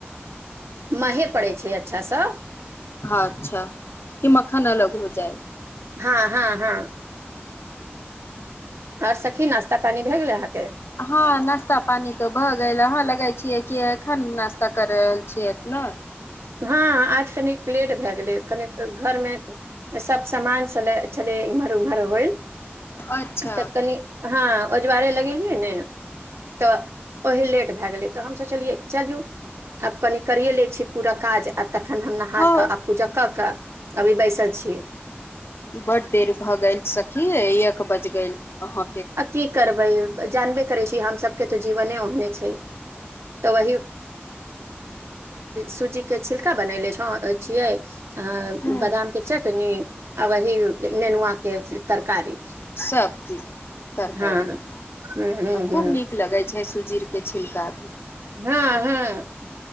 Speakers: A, on the right; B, on the left.
A: महे पड़ै छै अच्छा सँ
B: ह अच्छा कि मखन अलग हो जाए
A: हँ हँ हँ आओर सखी नाश्ता पानी भए गेलै अहाँके
B: हँ नास्ता पानी त भय गेल अहाँ लगै छियै कि एखन नास्ता कर रहल छियै न
A: हँ आज कनिक लेट भए गेलै कनिक घर में सब सामान छलय इमहर उमहर होइल
B: अच्छा
A: तऽ कनि हँ ओजवारे लगेलीय ने तऽ ओही लेट भए गेलै तऽ हम सोचलियै चलू आब कनि करियए लै छी पूरा काज आ तखन हम नहा
B: हँ
A: कऽ आ पूजा कऽ के अभी बैसल छीय
B: बड देर भऽ गेल सखी एक बज गेल अह
A: अ की करब जानबे करै छी हम सभके तऽ जीवने ओहने छै तऽ वही सूजी के छिलका बनेले छ छियै अ
B: हूँ
A: बदाम के चटनी आ वही नेनुआ के तरकारी
B: सब्जी तरकारी
A: हँ
B: आ
A: ह ह
B: खूब
A: ह
B: नीक लगै छै छै सुजीर के छिलका
A: हँ हँ